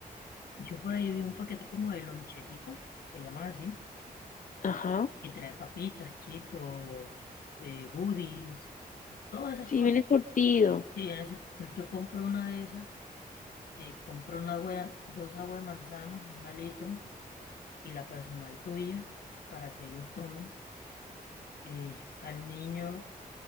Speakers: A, on the left; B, on the left.
A: Yo por ahí vi un paquete como de loncheritas, se llaman así,
B: Ajá.
A: y trae papitas, chitos, eh, goodies, todas esas
B: Sí,
A: cosas.
B: viene surtido.
A: Sí, en eso, entonces yo compro una de esas, eh, compro una agua, dos aguas de manzana, una litro, y la personal tuya, para que ellos tomen. Eh, al niño